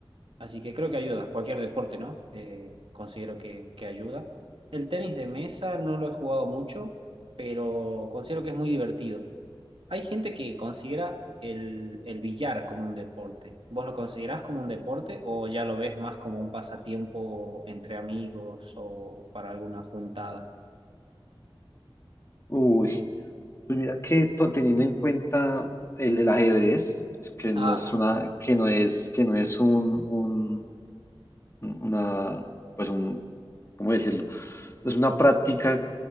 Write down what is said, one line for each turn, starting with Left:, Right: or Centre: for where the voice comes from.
Right: Así que creo que ayuda, cualquier deporte, ¿no? Eh, considero que, que ayuda. El tenis de mesa no lo he jugado mucho, pero considero que es muy divertido. Hay gente que considera el, el billar como un deporte. ¿Vos lo considerás como un deporte o ya lo ves más como un pasatiempo entre amigos o para alguna juntada?
Left: Uy, pues mira que to- teniendo en cuenta el, el ajedrez, que no
Right: Ah,
Left: es
Right: bien.
Left: una, que no es, que no es un, un- una, pues un, ¿cómo decirlo? Entonces, una práctica